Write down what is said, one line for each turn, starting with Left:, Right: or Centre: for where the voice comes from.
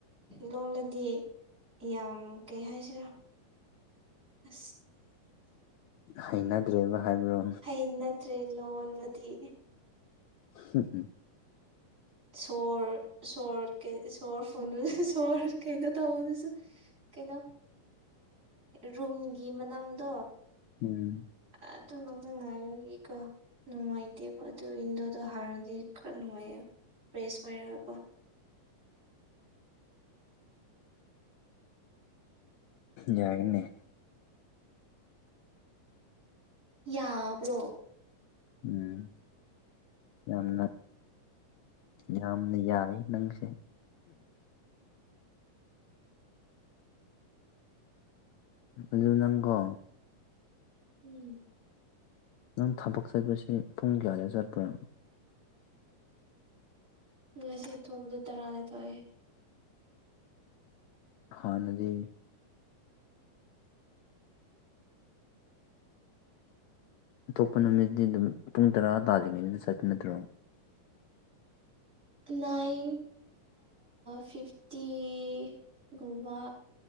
Right: ꯂꯣꯂꯗꯤ ꯌꯥꯝ ꯀꯩ ꯍꯥꯏꯁꯤꯔꯥ ꯑ
Left: ꯍꯩꯅꯗ꯭ꯔꯦꯕ ꯍꯥꯏꯕꯔꯣ
Right: ꯍꯩꯅꯗ꯭ꯔꯦ ꯂꯣꯜꯂꯗꯤ
Left: ꯁ ꯐꯦ
Right: ꯁꯣꯔ ꯁꯣꯔ ꯀꯩ ꯁꯣꯔ ꯐꯨ ꯁꯣꯔ ꯀꯩꯅꯣ ꯇꯧꯕꯅꯁꯨ ꯀꯩꯅꯣ ꯔꯨꯝꯨꯝꯒꯤ ꯃꯅꯥꯝꯗꯣ
Left: ꯎꯝ
Right: ꯑꯗꯨ ꯅꯖ ꯉꯥꯏꯒꯤꯀꯣ ꯅꯨꯡꯉꯥꯏꯇꯦꯕ ꯑꯗꯨ ꯏꯋꯟꯗꯣꯗꯣ ꯍꯥꯟꯔꯅꯗꯤ ꯈꯔ ꯅꯨꯡꯉꯥꯏꯌꯦꯕ ꯐ꯭ꯔꯦꯁ ꯑꯣꯏꯔꯦꯕꯀꯣ
Left: ꯌꯥꯏꯅꯦ
Right: ꯌꯥꯕ꯭ꯔꯣ
Left: ꯎꯝ ꯌꯥꯝ ꯌꯥꯝꯅ ꯌꯥꯏ ꯅꯪꯁꯦ ꯑꯗꯣ ꯅꯪꯀꯣ
Right: ꯎꯝ
Left: ꯅꯪ ꯊꯕꯛ ꯆꯠꯄꯁꯦ ꯄꯨꯡ ꯀꯌꯥꯗ ꯆꯠꯄꯔꯥ
Right: ꯉꯁꯤ ꯊꯣꯡꯕꯗꯣ ꯇꯔꯥꯗ ꯊꯣꯛꯣꯛꯑꯦ
Left: ꯍꯥꯟꯅꯗꯤ ꯑꯇꯣꯞꯄ ꯅꯨꯃꯤꯠꯇ ꯑꯗꯨꯝ ꯄꯨꯡ ꯇꯔꯥ ꯇꯥ꯭ꯔꯤꯉꯩꯗ ꯆꯠꯄ ꯅꯠꯇ꯭ꯔꯣ
Right: ꯅꯥꯏꯟ ꯐꯤꯐꯇꯤꯒꯨꯝꯕ